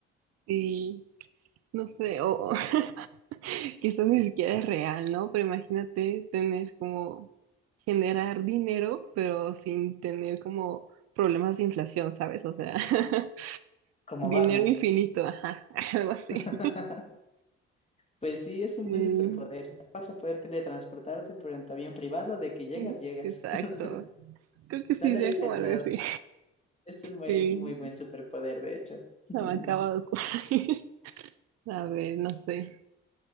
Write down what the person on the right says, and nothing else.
Sí, no sé, o o <laughs> quizás ni siquiera es real, ¿no? Pero imagínate tener como generar dinero, pero sin tener como problemas de inflación, ¿sabes? O sea, <laughs>
dinero
infinito, ajá, <laughs> algo así.
Sí,
<laughs>
exacto.
Creo que sí,
sería
como algo así.
Sí,
se me acaba de ocurrir. A ver, no sé.